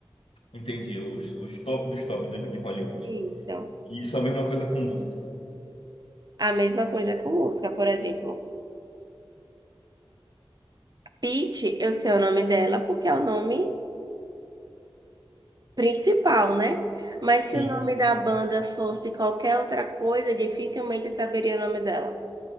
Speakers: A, on the left; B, on the right.
A: Entendi. Os, os top dos top do- de Hollywood.
B: Isso.
A: Isso é a mesma coisa com música.
B: A mesma coisa com música, por exemplo. Pitt, eu sei o nome dela porque é o nome principal, né? Mas
A: Sim,
B: se o nome da banda fosse qualquer outra coisa, dificilmente eu saberia o nome dela.